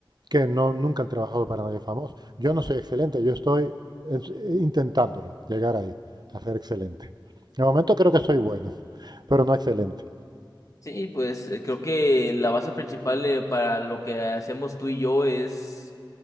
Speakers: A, on the right; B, on the left.
A: que no, nunca han trabajado para nadie famoso. Yo no soy excelente, yo estoy es- eh, intentándolo, llegar ahí, a ser excelente. De momento creo que soy bueno, <laughs> pero no excelente.
B: Sí, pues eh, creo que la base principal eh, para lo que hacemos tú y yo es